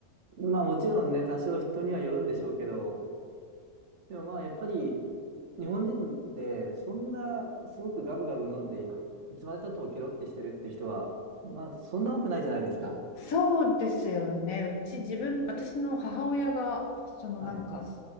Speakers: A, on the right (about 60°); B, on the left (about 75°).
A: まあもちろんね、多少人にはよるんでしょうけど、でもまあやっぱり日本人でそんなすごくガブガブ飲んでい、いつまで経ってもケロってしてるって人は、まあそんな多くないじゃないですか。
B: そうですよね。うち自分、私の母親が、そのなんか、
A: はい。